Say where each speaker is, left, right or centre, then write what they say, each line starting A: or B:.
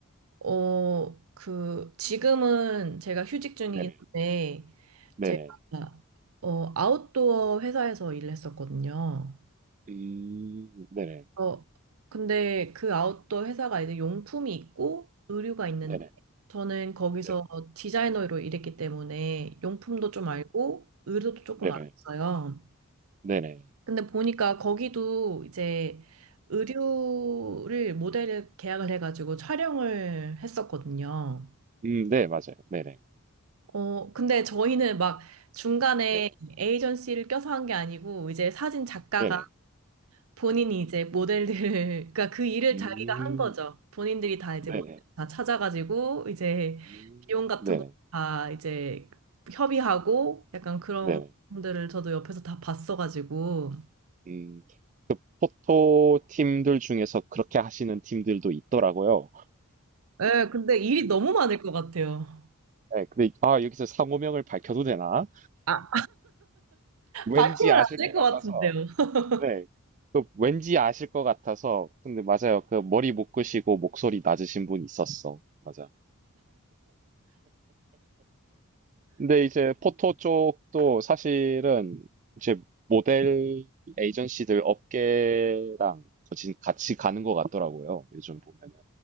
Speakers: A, on the right; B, on the right.
A: 어 그 지금은 제가 휴직 중이긴
B: 네네
A: 한데
B: 네네
A: 제가 어 아웃도어 회사에서 일했었거든요.
B: 음 네네
A: 어, 근데 그 아웃도어 회사가 이제 용품이 있고 의류가 있는데
B: 네네
A: 저는 거기서
B: 네
A: 디자이너로 일했기 때문에 용품도 좀
B: 음,
A: 알고 의류도 조금
B: 네네
A: 알았어요.
B: 네네
A: 근데 보니까 거기도 이제 의류를
B: 네.
A: 모델을 계약을 해가지고 촬영을 했었거든요.
B: 음네 맞아요 네네
A: 어, 근데 저희는 막 중간에
B: 네네
A: 에이전시를 껴서 한 게 아니고 이제 사진 작가가
B: 네네
A: 본인이 이제 모델들, <laughs> 그러니까 그 일을
B: 음
A: 자기가 한 거죠. 본인들이 다 이제
B: 네네
A: 음. 모델 다 찾아가지고 이제
B: 음
A: 비용 같은
B: 네네
A: 거 다 이제 협의하고 약간 그런
B: 네네
A: 분들을 저도 옆에서 다 봤어가지고.
B: 음 그 포토 팀들 중에서 그렇게 하시는 팀들도 있더라고요
A: 예, 근데 일이 너무 많을 것 같아요.
B: 네, 근데 아 여기서 상호명을 밝혀도 되나?
A: 아,
B: 왠지
A: 밝히면
B: 아실
A: 안 될
B: 것
A: 것
B: 같아서
A: 같은데요. <laughs>
B: 네, 그 왠지 아실 것 같아서 근데 맞아요. 그 머리 묶으시고 목소리 낮으신 분 있었어. 맞아. 근데 이제 포토 쪽도 사실은 이제 모델 에이전시들 업계랑 거진 같이 가는 것 같더라고요. 요즘 보면은